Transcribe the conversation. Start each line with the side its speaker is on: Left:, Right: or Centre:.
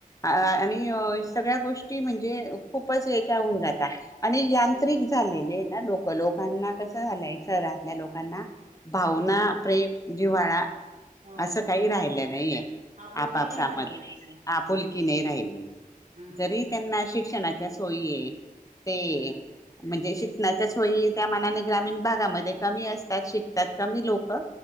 Left: आणि सगळ्या गोष्टी म्हणजे खूपच याच्या होन जातात आणि यांत्रिक
Right: हम्
Left: झालेले ना लोक. लोकांना कसं झालंय शहरातल्या लोकांना भावना
Right: हम्म
Left: प्रेम जिव्हाळा
Right: हो
Left: असं काही राहिलं नाहीये.
Right: आपुलकी
Left: आपापसामज
Right: नाही राहिली असं
Left: आपुलकी नाही राहिली
Right: हम्म
Left: जरी त्यांना शिक्षणाची सोय ते
Right: हो
Left: म्हणजे शणा हो त्या मनाने ग्रामीण भागामध्ये कमी असतात, शिकतात कमी लोक